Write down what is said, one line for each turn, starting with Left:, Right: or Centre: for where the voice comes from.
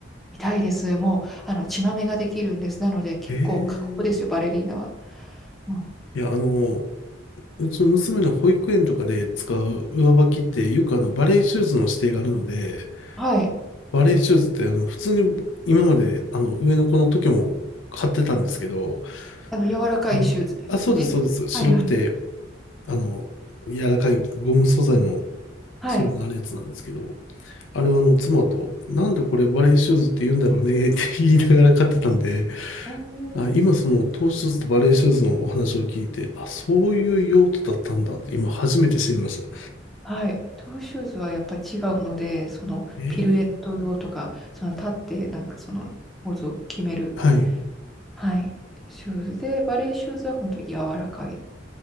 Centre: 痛いです。もう、あの、血まめができるんです。なので、結構過酷ですよ、
Left: ええ
Centre: バレリーナは。うん
Left: いや、あの、うちの娘の保育園とかで使う上履きって、よくあの、バレエシューズの指定があるので、
Centre: はい。
Left: バレエシューズって、あの、普通に今まで、あの、上の子の時も買ってたんですけど、
Centre: あの、柔らかい手術ですよね。
Left: あの、あ、そうです、そうです。白くて、
Centre: はいはい。
Left: あの、柔らかいゴム素材の
Centre: はい。
Left: ソールのあるやつなんですけど、あれはあの妻と、なんでこれバレーシューズって言うんだろうねって言いながら買ってたんで、
Centre: おー
Left: あ、今そのトーシューズとバレーシューズのお話を聞いて、あ、そういう用途だったんだと今初めて知りました。
Centre: はい。トゥーシューズはやっぱ違うので、そのピルエット用とか、
Left: え
Centre: その立ってなんかそのポーズを決める、
Left: ー、はい。
Centre: はい、シューズで、バレーシューズは本当に柔らかい